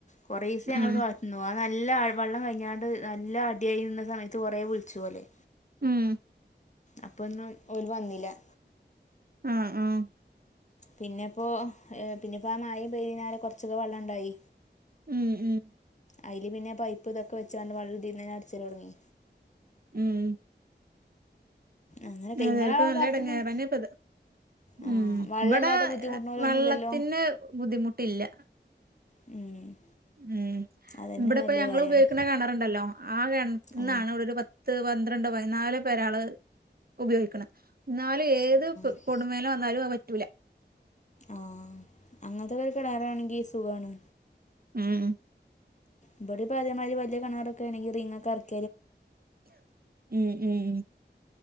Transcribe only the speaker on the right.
ഉം
ഉം
ആഹ് ആഹ്
ഉം ഉം
ഉം
ഏതായാലും
ഇപ്പ
നല്ല
എടങ്ങേറെന്നെ ഇപ്പത്
ഉം
ഇബടെ
എ വെള്ളത്തി
ക്ക് ബുദ്ധിമുട്ടില്ലാ
ഉം
ഇബടെ ഇപ്പോ
ഞങ്ങള്
ഉപയോഗിക്കണ കെണറുണ്ടല്ലോ ആഹ് കെണറ്റ്ന്നാണ്
ഇവിടെ ഒരു പത്ത് പന്ത്രണ്ട് പതിനാല് പെരാള് ഉപയോഗിക്ക്ണ് ഇന്നാലും ഏത് ക്
കൊടും വേനല് വന്നാലും അത് വറ്റൂലാ
ഉം ഉം
ഉം ഉം ഉം